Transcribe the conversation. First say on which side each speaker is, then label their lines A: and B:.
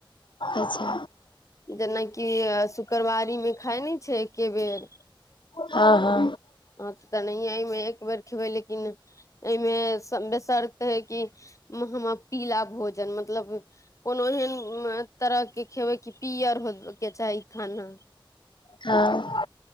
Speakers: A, on the left; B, on the left.
A: अच्छा
B: जेनाकि शुक्रवारी मे खाय नै छै एके बेर
A: हँ हँ
B: हँ तऽ नहि एहिमे एक बेर खेबै लेकिन एहिमे बेसर त है कि हम पीला भोजन मतलब कोनो एहन तरह के खेबै की पियर होइ के चाही खाना
A: हँ